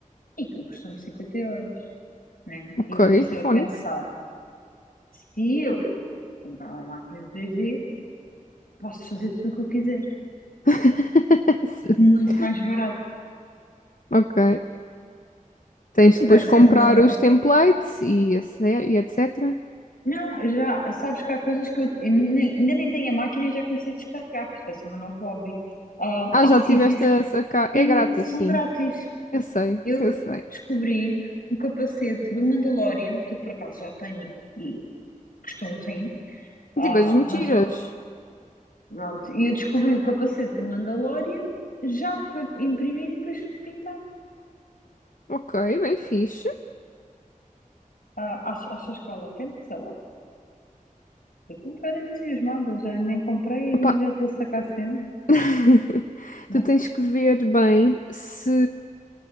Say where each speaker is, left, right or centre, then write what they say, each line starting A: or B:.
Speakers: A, on the left; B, on the left.
A: E que custou-me 50 euros, né?
B: ok,
A: E eu comecei
B: Phonics.
A: a pensar, se eu comprar uma máquina 3D, posso fazer tudo o que eu quiser.
B: <laughs>
A: Muito mais barato.
B: Ok. Tens
A: Pronto,
B: de depois
A: e vai ser
B: comprar
A: o meu novo.
B: os templates e, esse- e etc.
A: Não, já sabes que há coisas que eu, eu nem- nem- ainda nem tenho a máquina e já comecei a descarregar, porque isto vai ser o meu novo hobby. Ah,
B: Ah,
A: há
B: já
A: sítios
B: tiveste a sacar.
A: que
B: É grátis,
A: são
B: sim.
A: grátis.
B: Eu sei,
A: Eu
B: eu sei.
A: descobri um capacete do Mandalorian, que eu por acaso já tenho e, e custou um rim, Ah,
B: Tem coisas mentiras.
A: mas o- pronto, e eu descobri o capacete do Mandalorian já para imprimir e depois pintar.
B: Ok, bem fixe.
A: Ah, achas, achas que vale a pena? Sei lá. Eu estou um bocado entusiasmada, já nem comprei,
B: Opa,
A: mas já estou a sacar a cena,
B: <laughs>
A: né?
B: tu tens que ver bem se,